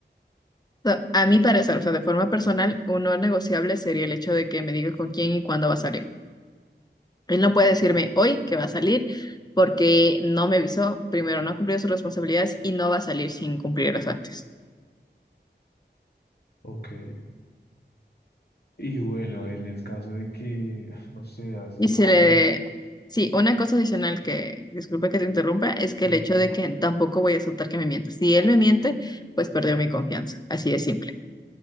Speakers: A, on the left; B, on the left.
A: O sea, a mi parecer, o sea, de forma personal, un no negociable sería el hecho de que me diga con quién y cuándo va a salir. Él no puede decirme hoy que va a salir porque no me avisó, primero no ha cumplido sus responsabilidades y no va a salir sin cumplirlas antes.
B: Ok. Y bueno, en el caso de que, <sighs> no sé, a veces
A: Y
B: veo
A: se le...
B: que...
A: Sí, una cosa adicional que, disculpe que te interrumpa, es
B: Tranquila.
A: que el hecho de que tampoco voy a aceptar que me mienta. Si él me miente, pues perdió mi confianza, así de simple.